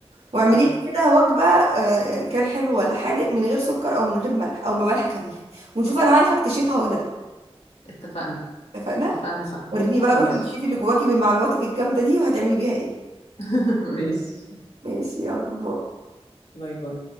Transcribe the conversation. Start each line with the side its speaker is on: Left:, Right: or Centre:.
Right: واعملي
Left: اه
Right: لي كده وجبه آه، ان كان حلو ولا حادق من غير سكر او من غير ملح او بملح خفيف ونشوف انا هعرف اكتشفها ولا لا
Left: اتفقنا
Right: اتفقنا
Left: اتفقنا يا صاحبي
Right: وريني بقى
Left: ماشي
Right: روح الشيف اللي جواكي بمعلوماتك الجامده دي وهتعملي بيها ايه
Left: <laughs> ماشي
Right: ماشي يلا باي
Left: باي باي